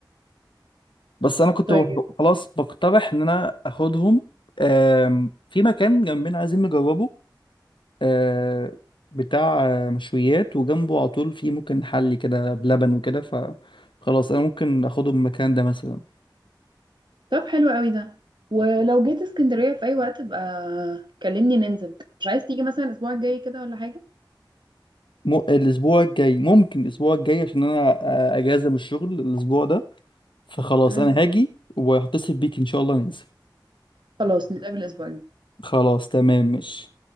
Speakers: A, on the left; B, on the right.
A: بس أنا كنت
B: طيب
A: خلاص بقترح إن أنا آخدهم آم، في مكان جنبنا عايزين نجربه آه، بتاع آه، مشويات وجنبه على طول فيه ممكن حلي كده بلبن وكده فخلاص انا ممكن اخده من المكان ده مثلا
B: طب حلو قوي ده ولو جيت اسكندرية في أي وقت بقى كلمني ننزل مش عايز تيجي مثلا الأسبوع الجاي كده ولا حاجة؟
A: م... الاسبوع الجاي ممكن الاسبوع الجاي عشان انا آه، اجازه من الشغل الاسبوع ده فخلاص
B: مم.
A: انا هاجي وهتصل بيك ان شاء الله ننزل
B: خلاص نتقابل الأسبوع الجاي
A: خلاص تمام ماشي